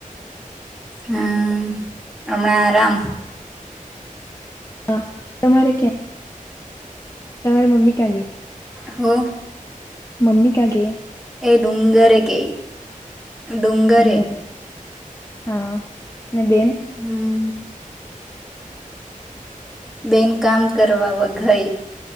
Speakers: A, in the centre; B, on the left.
A: હમ હમણા આરામ
B: હા તમારે ક્યાં. તમારી મમ્મી કયાં ગઇ.
A: હો
B: મમ્મી કયાં ગઇ.
A: એ ડુંગરે ગઈ. ડુંગરે
B: હમ હા ને બેન
A: હમ બેન કામ કરવા વઘાઈ.